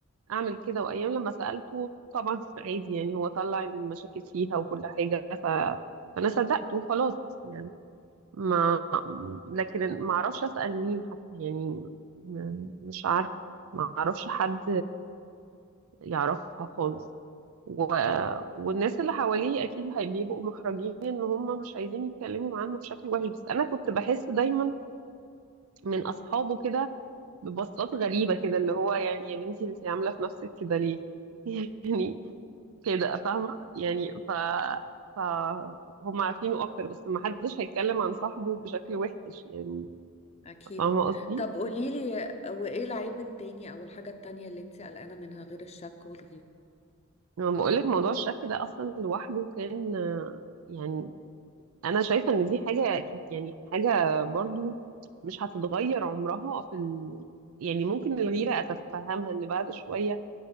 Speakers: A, on the right; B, on the left.
A: أعمل كده وأيام لما سألته طبعا <laughs> عادي يعني هو طلع إن المشاكل فيها وكل حاجة ف فأنا صدقته خلاص يعني ما لكن ما اعرفش اسال مين حتى يعني م- مش عارف ما اعرفش حد يعرفها خالص و... والناس اللي حواليه اكيد هي- بيبقوا محرجين ان هم مش عايزين يتكلموا عنه بشكل وحش بس انا كنت بحس دايما من اصحابه كده ببصات غريبه كده اللي هو يعني يا بنتي انت عامله في نفسك كده ليه <laughs> يعني كده فاهمه يعني ف فهم عارفينه اكتر بس ما حدش هيتكلم عن صاحبه بشكل وحش يعني
B: اكيد
A: فاهمة قصدي؟
B: طب قوليلي وايه العيب التاني او الحاجة التانية اللي انت قلقانة منها غير الشك والغيره
A: لما بقول لك موضوع الشك ده أصلا لوحده كان آه، يعني أنا شايفة إن دي حاجة أكيد- يعني حاجة برضو مش هتتغير عمرها في ال... يعني ممكن الغيرة أتفهمها إن بعد شوية